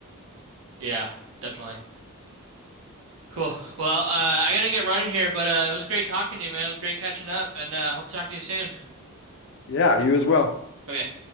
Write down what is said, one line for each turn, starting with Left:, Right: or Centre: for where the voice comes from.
Right: Yeah, definitely. Cool. Well, uh, I gotta get running here, but uh, it was great talking to you, man. It was great catching up, and uh, hope to talk to you soon.
Left: Yeah, you as well.
Right: Okay.